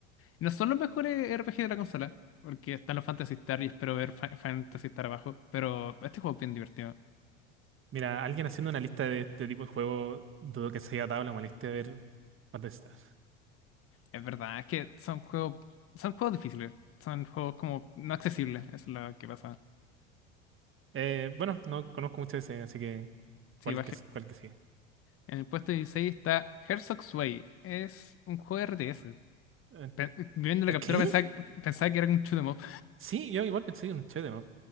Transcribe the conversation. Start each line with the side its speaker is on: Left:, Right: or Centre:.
Left: No son los mejores RPG de la consola, porque están los Fantasy Star y espero ver Fa- Fantasy Star abajo, pero este juego es bien divertido.
Right: Mira, alguien haciendo una lista de este tipo de juego, dudo que se haya dado la molestia de ver cuántas están.
Left: Es verdad, es que son juegos, son juegos difíciles, son juegos como no accesibles, es lo que pasa.
Right: Eh, bueno, no conozco mucho de ese, así que
Left: Sí,
Right: cuál que, cuál que sigue.
Left: En el puesto 16 está Herzog's Way. Es un juego RTS.
Right: Eh,
Left: Pe- eh, Viendo la captura
Right: ¿qué?
Left: pensaba, pensaba que era un shoot 'em up.
Right: Sí, yo igual pensé en un shoot'em up.